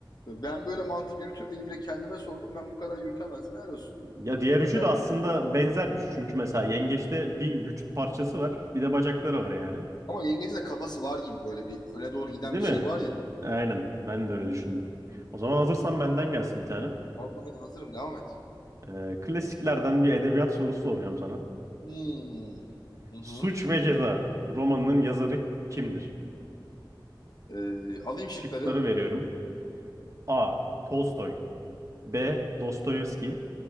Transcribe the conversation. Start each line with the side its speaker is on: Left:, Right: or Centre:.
Left: Ben böyle mantık yürütür müydüm de kendime sordum. Ben bu kadar yürütemezdim. Helal olsun.
Right: Ya diğer
Left: Gönder.
Right: üçü de aslında benzer üç. Çünkü mesela yengeçte bir vücut parçası var, bir de bacakları var yani.
Left: Ama yengecin de kafası var gibi böyle bir öne doğru giden
Right: Değil
Left: bir
Right: mi?
Left: şey var ya.
Right: <laughs> Aynen. Ben de öyle düşündüm. O zaman hazırsan benden gelsin bir tane.
Left: Allah hadi hazırım devam et.
Right: Ee, klasiklerden bir edebiyat sorusu soracağım sana.
Left: Hmm. Hı hı.
Right: Suç ve Ceza romanının yazarı kimdir?
Left: Ee, alayım şıkları.
Right: Şıkları veriyorum. A. Tolstoy B. Dostoyevski